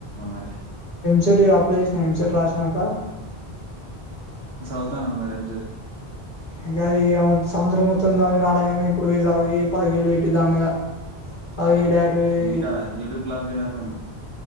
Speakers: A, on the right; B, on the left.
A: అరి
B: <unintelligible> అప్లై జేస్నా ఎంసెట్ రాశినాంక
A: సౌతాన మరి ఎం సెట్
B: ఇంగా ఈ సంవత్సరం మొత్తం చదివి రాలేగానీ ఇప్పుడు పెయ్ జవి పదివేలు బెట్టి దండగా చదివి డైరెక్ట్ పోయి
A: ఇంటికాడ యుటూబ్ క్లాస్లులు ఇనకపోయినా